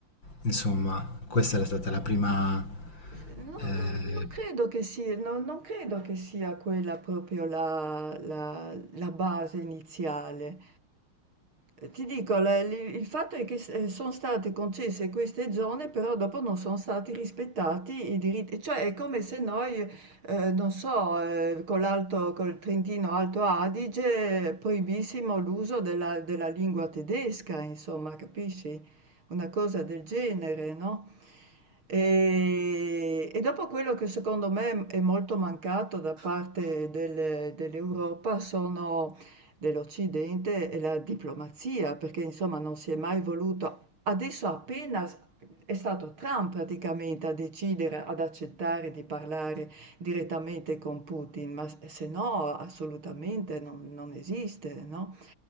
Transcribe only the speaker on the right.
Ehm, no
non non credo che si no non credo che sia quella proprio la la la base iniziale. Eh, Ti dico, la- li- il fatto è che s- eh, sono state concesse queste zone, però dopo non sono stati rispettati i diritti, cioè è come se noi, eh, non so, eh, con l'Alto, col Trentino Alto Adige eh, proibissimo l'uso della, della lingua tedesca, insomma, capisci? Una cosa del genere, no? E, e dopo quello che secondo me è molto mancato da parte del- dell'Europa sono dell'Occidente e la diplomazia, perché insomma non si è mai voluto. Adesso appena s- è stato Trump praticamente a decidere, ad accettare di parlare direttamente con Putin, ma s- se no assolutamente non, non esiste, no?